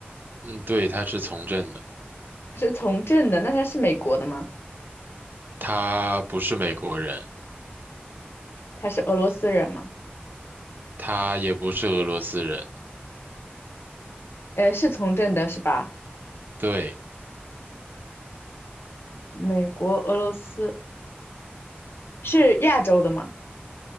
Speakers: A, on the right (about 55°); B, on the left (about 75°).
A: 嗯，对，他是从政的。
B: 他是从政的，那他是美国的吗？
A: 他不是美国人，
B: 他是俄罗斯人吗？
A: 他也不是俄罗斯人。
B: 呃，是从政的是吧？
A: 对，
B: 美国、俄罗斯是亚洲的吗？